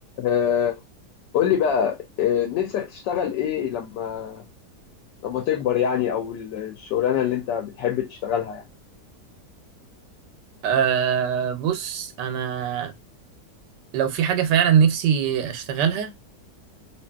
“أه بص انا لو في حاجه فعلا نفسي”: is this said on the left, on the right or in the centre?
Right